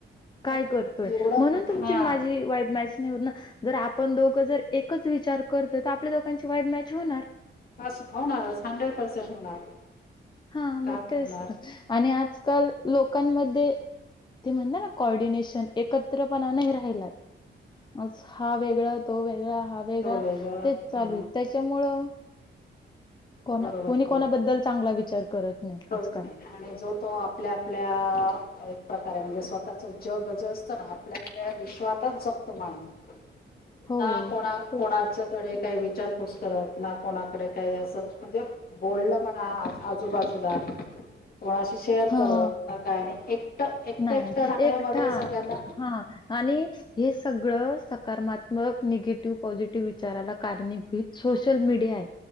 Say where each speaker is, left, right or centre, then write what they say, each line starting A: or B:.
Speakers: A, on the left (about 25°); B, on the left (about 50°).
A: काय
B: मग
A: करतोय?
B: एवढं
A: म्हणून
B: हा
A: तुमची माझी वाईब मॅच नाही होत ना जर आपण दोघं जर एकच विचार करतो तर आपल्या दोघांची वाईब मॅच होणार.
B: अस होणारच हंड्रेड पर्सेंट होणार.
A: हा मग
B: का
A: तेच
B: होणार
A: आणि आजकाल लोकांमध्ये ते म्हणत ना कॉर्डिनेशन एकत्र पणा नाही राहिलाय. आज हा वेगळा, तो वेगळा हा वेगळा
B: तो
A: तेच चालू
B: हा,
A: आहे. त्याच्यामुळं कोणा
B: बरोबर
A: कोणी कोणाबद्दल
B: बरोबर
A: चांगला विचार करत नाही
B: कळत
A: आजकाल
B: नाही आणि जो तो आपल्या आपल्या एक प्रकारे म्हणजे स्वतःच जग जे असतं ना आपल्या आपल्या विश्वातच जगतो माणूस
A: हो,
B: ना कोणा
A: तेच.
B: कोणा च्याकडे काही विचारपूस करत ना कोणाकडे काही असं म्हणजे बोललं म्हणा आजूबाजूला कोणाशी शेअर
A: हां.
B: करत काय नाही एक एक एकट
A: नाही,
B: एकट राहण्यामध्ये
A: एकटा
B: सगळ्यांना
A: हां आणि हे सगळं सकारमात्मक निगेटिव्ह पॉझिटिव्ह विचाराला कारणीभूत सोशल मीडिया आहे